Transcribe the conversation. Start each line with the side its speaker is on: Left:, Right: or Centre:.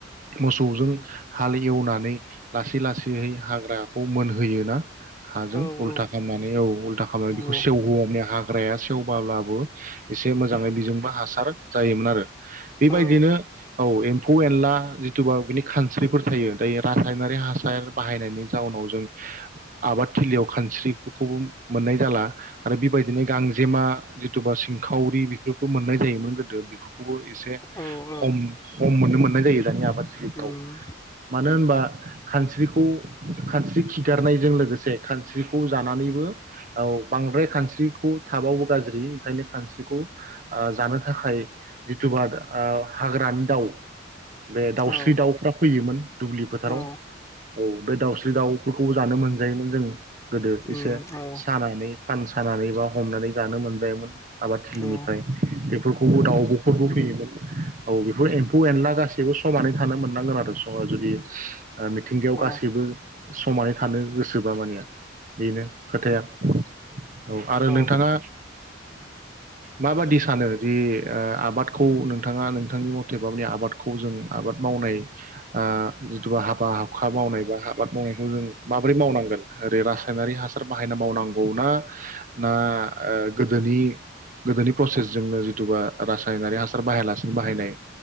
Right: मोसौजों हाल एवनानै लासै लासैहै हाग्रा मोनहोयोना हाजों
Left: औ
Right: उल्था
Left: औ
Right: खालामनानै औ उल्था खालामनानै
Left: नंगौ
Right: बेखौ सेवहोवो हाग्राया सेवबाब्लाबो एसे मोजाङै बेजोंबो हासार जायोमोन आरो बेबायदिनो
Left: औ
Right: औ एम्फौ एनला जिथुबा बिनि खानस्रि फोर थायो दायो रासायनारि हासार बाहायनायनि जाउनाव जों आबाद थिलियाव खानस्रिफोरखौबो मोननाय जाला आरो बेबायदिनो गां <unintelligible> जिथुबा सिंखावरि बेफोरबो मोननाय जायोमोन गोदो बेखौ खौबो एसे
Left: औ औ
Right: खम खम मोननो मोननाय जायो दानि आबादथिलिफ्राव
Left: उम
Right: मानो होनबा खानस्रिखौ खानस्रि खिगारनायजों लोगोसे खानस्रिखौ जानानैबो औ बांद्राय खानस्रिखौ थाबाबो गाज्रि ओंखायनो खांस्रिखौ ओ जानो थाखाय जिथुबा ओ हाग्रानि दाउ बे दाउस्रि
Left: औ
Right: दाउफ्रा फैयोमोन दुब्लि फोथाराव
Left: औ
Right: औ बे दाउस्रि दाउफोरखौबो जानो मोनजायोमोन जों गोदो
Left: उम
Right: एसे
Left: औ
Right: सानानै सानानै बा हमनानै जानो मोनजायोमोन आबाद थिलिनिफ्राय
Left: औ
Right: बेफोरखौबो दाउब' फोरबो फैयोमोन औ बेफोर एम्फौ एनला गासैबो समानै थानो मोननांगोन आरो जुदि अ मिथिंगायाव
Left: अ
Right: गासै समानै थानो गोसोबा मानिया बेनो खोथाया औ आरो
Left: औ
Right: नोंथाङा माबादि सानो दि ओ आबादखौ नोंथाङा नोंथांनि मथे माने आबादखौ जों ओ आबाद मावनाय आ बा हाबा हाबखा मावनाय आबाद मावनायखौ जों माबोरै मावनांगोन रेबासायनारि ह बाहायना मावनांगौ ना गोदोनि गोदोनि प्रसेसजोंनो जिटुबा रासायनारि हासार बाहायालासिनो बाहायनाय